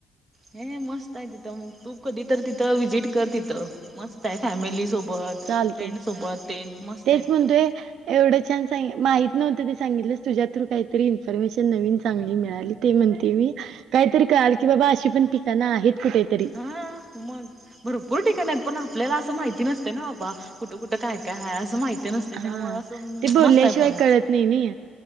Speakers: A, on the right; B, on the right.
A: हे मस्त आहे तिथं मंग तू कधी तर तिथं व्हिजिट कर तिथं. मस्त आहे फॅमिली सोबत
B: चालतंय
A: फ्रेंड सोबत ते मस्त
B: तेच
A: आहे तिथं
B: म्हणतोय एवढं छान सांग माहित नव्हत तू सांगितलंस तुझ्या थ्रू काही तरी इन्फॉर्मेशन नवीन चांगली मिळाली ते म्हणते मी काहीतरी कळालं की बाबा अशी पण ठिकाणं आहेत कुठेतरी.
A: हां.. मग भरपूर ठिकाण आहेत पण आपल्याला असं माहिती नसते ना बाबा कुठं कुठं? काय काय? आहेय असं माहिती नस ते
B: हा
A: त्यामुळं असं
B: ते बोलल्याशिवाय
A: मस्त आहे पण
B: कळत नाही नाही